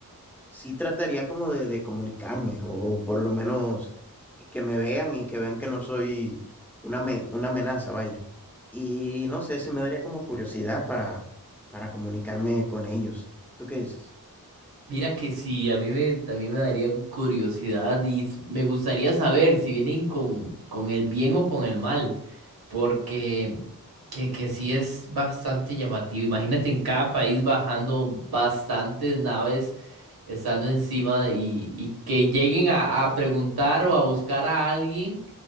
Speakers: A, in the centre; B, on the right.
A: sí trataría como de, de comunicarme o, o por lo menos que me vean y que vean que no soy una, amen- una amenaza, vaya. Y no sé si me daría como curiosidad para, para comunicarme con ellos. ¿Tú qué dices?
B: Mira que sí, a mí me, también me daría curiosidad y s- me gustaría saber si vienen con, con el bien o con el mal, porque que, que sí es bastante llamativo. Imagínate en cada país bajando bastantes naves estando encima de- y, y que lleguen a, a preguntar o a buscar a alguien